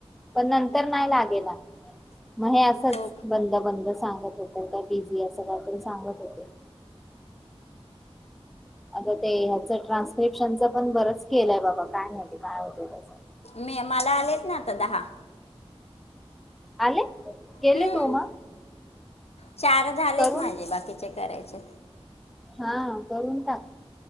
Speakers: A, in the centre; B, on the left.
A: पण नंतर नाही लागेना म हे असच
B: हो
A: बंद-बंद. सांगत होत काय बिझी असं काहीतरी सांगत होते. आता ते ह्याच ट्रान्स्क्रिप्शनच पण बरंच केलंय बाबा काय माहिती काय होतय त्याच.
B: मी मला आलेत ना आता दहा.
A: आले. गेले
B: हम्म
A: तू मग
B: चार झालेत,
A: करून
B: माझे बाकीचे करायचे.
A: हा करून टाक.